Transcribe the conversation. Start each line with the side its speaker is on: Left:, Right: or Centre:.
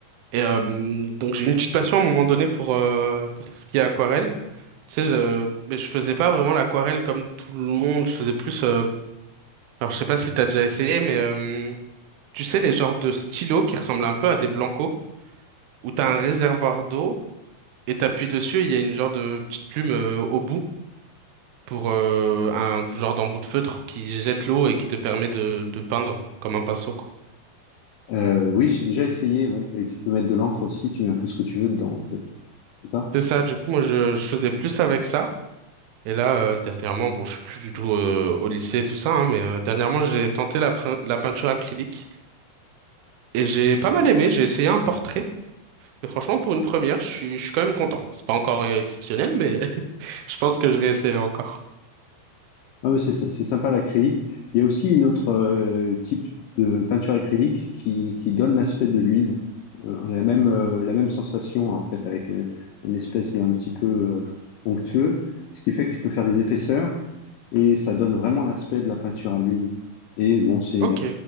Right: Et euh, hum, donc j'ai une petite passion à un moment donné pour euh, pour tout ce qui est aquarelle. Tu sais, je mais je faisais pas vraiment l'aquarelle comme tout le monde, je faisais plus. euh, Alors, je sais pas si t'as déjà essayé, mais tu sais, les genres de stylos qui ressemblent un peu à des blancos, où t'as un réservoir d'eau et t'appuies dessus, et il y a une genre de petite plume euh, au bout pour euh, un genre d'embout de feutre qui jette l'eau et qui te permet de, de peindre comme un pinceau, quoi.
Left: Euh, oui, j'ai déjà essayé, ouais. Et tu peux mettre de l'encre aussi, tu mets un peu ce que tu veux dedans, en fait. C'est ça?
Right: C'est ça, du coup, moi, je, je faisais plus avec ça. Et là, euh, dernièrement, bon, je suis plus du tout euh, au lycée et tout ça, hein, mais euh, dernièrement, j'ai tenté la, pre- la peinture acrylique et j'ai pas mal aimé. J'ai essayé un portrait. Et franchement, pour une première, je suis, je suis quand même content. C'est pas encore euh, exceptionnel, mais <laughs> je pense que je réessayerai encore.
Left: Ah, mais c'est c'est sympa l'acrylique. Il y a aussi une autre euh, type de peinture acrylique qui, qui donne l'aspect de l'huile. Euh, la même, euh, la même sensation en fait avec euh, une espèce d'un petit peu euh, onctueux, ce qui fait que tu peux faire des épaisseurs et ça donne vraiment l'aspect de la peinture à l'huile. Et bon, c'est
Right: Ok,